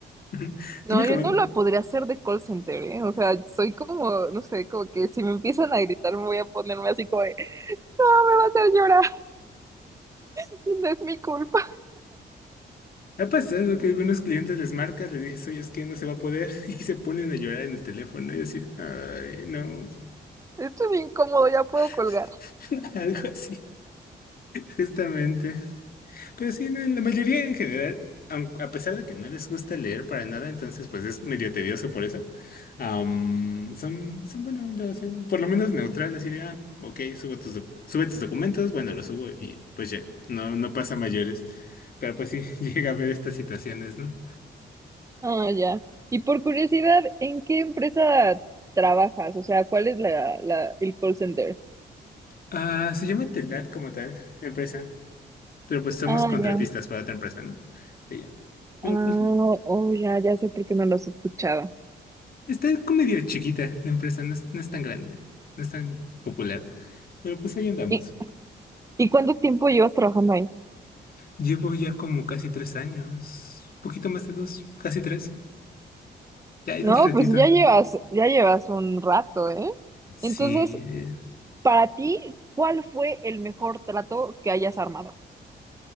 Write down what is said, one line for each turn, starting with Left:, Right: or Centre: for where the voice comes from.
Left: <laughs>
Right: No,
Left: Tú me comentas.
Right: yo no la podría hacer de call center, ¿eh? O sea, soy como, no sé, como que si me empiezan a gritar me voy a ponerme así como de, no, me va a hacer llorar, <laughs> no es mi culpa,
Left: Ha pasado que algunos clientes les marcas, les dices, oye, es que no se va a poder, <laughs> y se ponen a llorar en el teléfono y decir, ay, no.
Right: <laughs> esto es incómodo, ya puedo
Left: <laughs>
Right: colgar.
Left: Algo así. Justamente. Pero sí, no la mayoría en general, aun- a pesar de que no les gusta leer para nada, entonces pues es medio tedioso por eso. Am, son, son buena onda, o sea, por lo menos neutrales y de, ah, ok, subo tus, doc- sube tus documentos, bueno, los subo y pues ya, no, no pasa mayores. Pero pues sí, <laughs> llega a haber estas situaciones, ¿no?
Right: Ah, ya. Y por curiosidad, ¿en qué empresa trabajas? O sea, ¿cuál es la, la, el call center?
Left: Ah, se llama Telat como tal, la empresa. Pero pues somos
Right: Ah,
Left: contratistas
Right: ya.
Left: para otra empresa, ¿no? De ella. Pero
Right: Ah,
Left: pues sí,
Right: oh, ya, ya sé por qué no los he escuchado.
Left: está como medio chiquita la empresa, no es, no es tan grande, no es tan popular. Pero pues ahí andamos.
Right: ¿Y, y cuánto tiempo llevas trabajando ahí?
Left: Llevo ya como casi tres años, poquito más de dos, casi tres. Ya es
Right: No,
Left: un ratito.
Right: pues ya llevas, ya llevas un rato, ¿eh?
Left: Sí.
Right: Entonces,
Left: eh,
Right: Para ti, ¿cuál fue el mejor trato que hayas armado?